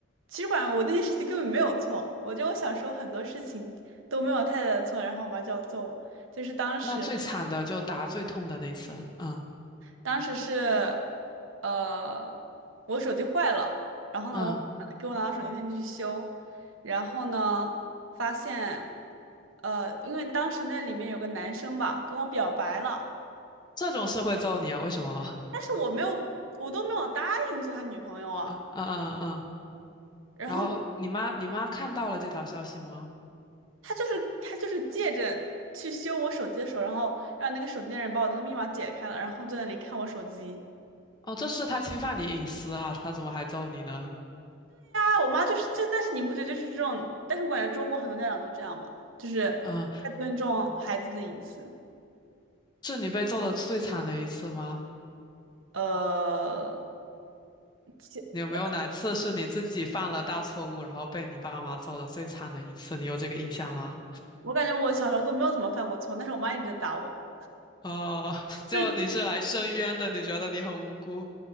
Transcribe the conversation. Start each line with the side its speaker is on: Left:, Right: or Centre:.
Right: 其实管我那件事情根本没有错，我觉得我小时候很多事情都没有太大的错，然后我妈就要揍我，就是当时
Left: 那最惨的就打最痛的那次。嗯
Right: 当时是，呃，我手机坏了，然后呢，
Left: 嗯，
Right: 我给我拿到手机店去修，然后呢，发现，呃，因为当时那里面有个男生吧，跟我表白了。
Left: 这种事会揍你啊？为什么啊？
Right: 但是我没有，我都没有答应做他女朋友啊。
Left: 嗯嗯嗯嗯。
Right: 然后
Left: 然后你妈你妈看到了这条消息吗？
Right: 他就是他就是借着去修我手机的时候，然后让那个手机店人把我那个密码解开了，然后坐在那里看我手机。
Left: 哦，这是他侵犯你隐私啊，他怎么还揍你呢？
Right: 啊，我妈就是这，但是你不觉得就是这种？但是我感觉中国很多家长都这样吧，就是
Left: 嗯，
Right: 太尊重孩子的隐私。
Left: 是你被揍的最惨的一次吗？
Right: 呃，其
Left: 你有没有哪次是你自己犯了大错误，然后被你爸妈揍的最惨的一次？你有这个印象吗？
Right: 我感觉我小时候都没有怎么犯过错，但是我妈一直在打我。
Left: 哦，<laughs> 就你是来申冤的，
Right: 就是
Left: 你觉得你很无辜？